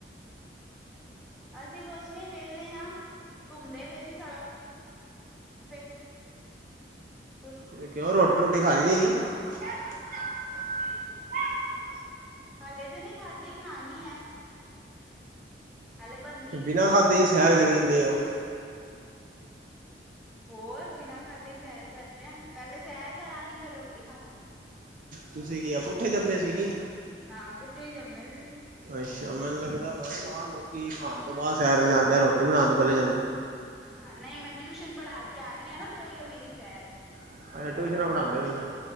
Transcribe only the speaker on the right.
ਫਿਰ ਕਿਉਂ ਰੋਟੀ- ਰੂਟੀ ਖਾ ਲਈ ਸੀਗੀ। <unintelligible>
ਬਿਨਾਂ ਖਾਦੇੇ ਹੀ ਸੈਰ ਕਰੀ ਜਾੰਦੇ ਔ
ਤੁਸੀਂ ਕੀ ਆਂ, ਪੁੱਠੇ ਜੰਮੇ ਸੀਗੀ
ਅੱਛਾ ਮੈਨੂੰ ਲੱਗਦਾ ਪਤਾ ਮਾਹ ਲੋਕੀ ਖਾਣ ਤੋਂ ਬਾਅਦ ਸੈਰ ਤੇ ਜਾਂਦੇ, ਰੋਟੀ ਬਣਾਉਣ ਤੋਂ ਪਹਿਲੇ ਜਾਂਦੇ
ਅੱਛਾ ਟਿਊਸ਼ਨਾਂ ਪੜ੍ਹਾਉਂਦੇ ਤੁਸੀਂ,